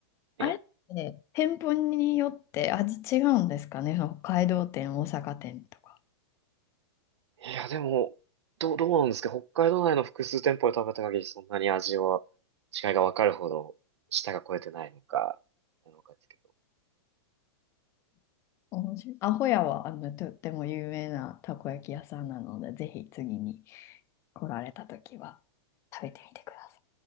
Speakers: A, on the right (about 80°); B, on the left (about 20°).
A: え
B: あれって店舗によって味違うんですかね、その北海道店、大阪店とか。
A: え。いや、でも、どう、どうなんですか北海道内の複数店舗で食べた限りそんなに味は違いが分かるほど舌が超えてないのか、なのかですけど。
B: 面白い。アホヤはあのとっても有名なたこ焼き屋さんなので、ぜひ次に来られた時は食べてみてください。